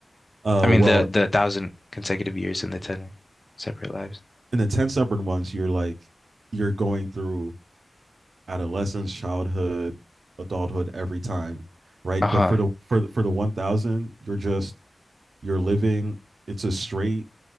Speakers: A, on the right; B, on the left.
A: Uh,
B: I mean,
A: well,
B: the, the thousand consecutive years and the 10 separate lives.
A: in the 10 stubborn ones, you're like, you're going through adolescence, childhood, adulthood every time, right?
B: Uh-huh.
A: But for the for the, for the 1000, you're just you're living it's a straight